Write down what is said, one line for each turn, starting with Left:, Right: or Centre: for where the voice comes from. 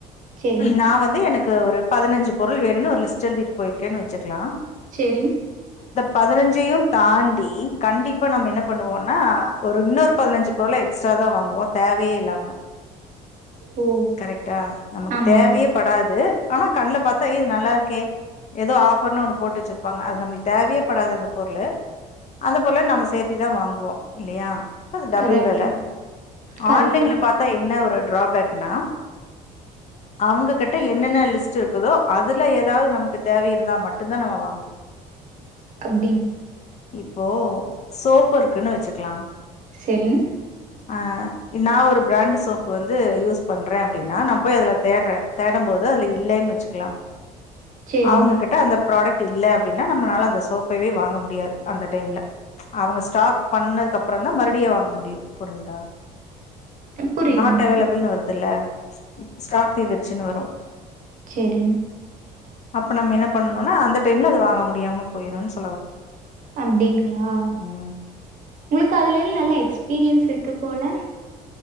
Right: செரிங்
Left: நா வந்து எனக்கு ஒரு பதினஞ்சி பொருள் வேனுன்னு ஒரு லிஸ்ட் எழுதிட்டு போயிருக்கேன்னு வச்சிக்லா
Right: சேரிங்
Left: பதினஞ்சையு தாண்டி கண்டிப்பா நம்ம என்ன பண்ணுவோன்னா ஒரு இன்னொரு பதினஞ்சி பொருள எக்ஸ்ட்ராதா வாங் வோ தேவயே இல்லாம
Right: ஓ
Left: கரெக்டா நமக்கு
Right: ஆமாங்க
Left: தேவயே படாது ஆனா கண்ல பாத்தா எ இது நல்லா இருக்கே ஏதோ ஆஃபர்னு ஒன்னு போட்டு வச்சிர்ப்பாங்க அது நம்ளுக்கு தேவயே படாது அந்த பொருளு அந்த பொருள நம்ம சேத்திதா வாங்குவோ இல்லையா அது டபுள்
Right: கரெக்ட்டு
Left: வெல
Right: கரெக்ட்டு
Left: ஆன்லைன்ல பாத்தா என்ன ஒரு ட்ராபேக்னா அவுங்க கெட்ட என் என்னன்ன லிஸ்ட்டு இருக்குதோ அதுல ஏதாவது நமக்கு தேவை இருந்தா மட்டுதா நம்ம வா
Right: அப்
Left: இப்போ சோப்பு இருக்குன்னு வச்சிக்லா
Right: செரிங்
Left: அ நா ஒரு ஃப்ரான்டு சோப்பு வந்து யூஸ் பண்றே அப்டின்னா நா போய் அதுல தேட்றே தேடம் போது அதுல இல்லைன்னு வச்சுக்லா
Right: செரிங்
Left: அவுங்க கெட்ட அந்தப் ப்ராடக்ட் இல்ல அப்டின்னா நம்மளால அந்த சோப்பைவே வாங்க முடியாது அந்த டைம்ல அவங்க ஷ் ஸ்டாக் பண்ணதுக்கு அப்றோதா மறுடியு வாங்க முடியு புருஞ்சுதா
Right: புரியுதுங்க
Left: நாட் அவைலபிள்னு வருதுல்ல ஸ்டாக் தீந்துட்ச்சின்னு வரு
Right: சேரி
Left: அப்ப நம்ம என்ன பண்ணும்னா அந்த டைம்ல அது வாங்க முடியாம போய்ருனு ஸ்
Right: அப்டிங்ளா
Left: ம்
Right: உங்களுக்கு அதுலைல் நல்லா எக்ஸ் பீரியன்ஸ் இருக்கு போல